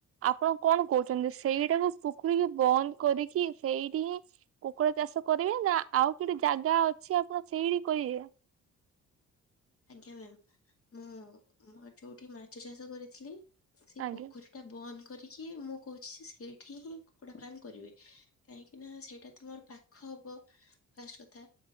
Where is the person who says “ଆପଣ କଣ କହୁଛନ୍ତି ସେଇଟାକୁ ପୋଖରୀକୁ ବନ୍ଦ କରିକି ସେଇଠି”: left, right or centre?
Right